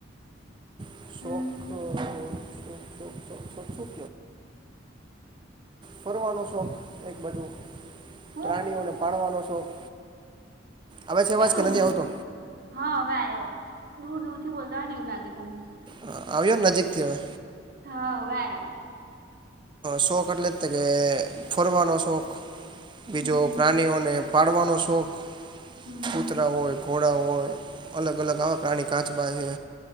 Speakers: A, on the right (about 25°); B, on the right (about 50°).
A: શોખ
B: હમ
A: શોખ શોખ શોખ શોખ શું ફોરવાનો શોખ એક બાજુ
B: હું
A: પ્રાણીઓને પાળવાનો શોખ હવે છે એવાજ
B: કઈ સાંભળ
A: કે નથી આવતો
B: હા હવે આવ્યો દૂર દૂર થી બોલતા હોય ને એવું લાગે તમને
A: હ આવ્યો ને નજીક થી હવે
B: હા વયો
A: શોખ એટલે જ કે ફોરવાનો શોખ બીજો
B: હમ
A: પ્રાણીઓને પાડવાનો શોખ
B: હમ
A: કૂતરા હોય ઘોડા હોય અલગ અલગ આવા પ્રાણી કાચબા છે